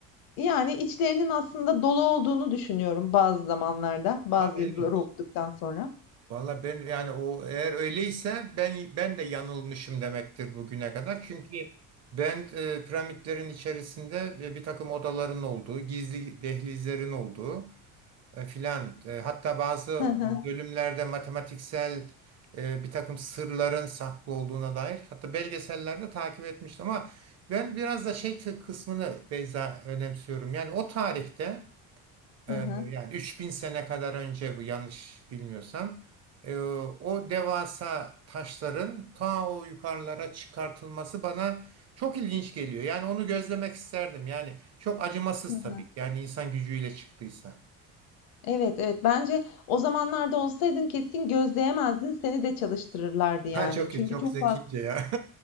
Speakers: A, on the left; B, on the right.
A: Yani içlerinin aslında dolu olduğunu düşünüyorum bazı zamanlarda, bazı
B: Ha, ilginç.
A: yazıları okuduktan sonra.
B: Valla ben yani o eğer öyleyse ben ben de yanılmışım demektir bugüne kadar. Çünkü ben e, piramitlerin içerisinde e, bir takım odaların olduğu, gizli dehlizlerin olduğu e, filan e, hatta bazı
A: Hı hı.
B: bölümlerde matematiksel e, bir takım sırların saklı olduğuna dair hatta belgesellerde takip etmiştim ama ben biraz da şey tı- kısmını Beyza önemsiyorum. Yani o tarihte
A: Hı
B: ee,
A: hı.
B: yani 3000 sene kadar önce bu yanlış bilmiyorsam. Ee, o devasa taşların ta o yukarılara çıkartılması bana çok ilginç geliyor. Yani onu gözlemek isterdim. Yani çok acımasız
A: Hı hı.
B: tabii. ki. Yani insan gücüyle çıktıysa.
A: Evet, evet. Bence o zamanlarda olsaydın kesin gözleyemezdin. Seni de çalıştırırlardı yani.
B: Ha çok
A: Çünkü
B: kötü, çok
A: çok
B: zekice
A: fazla
B: ya.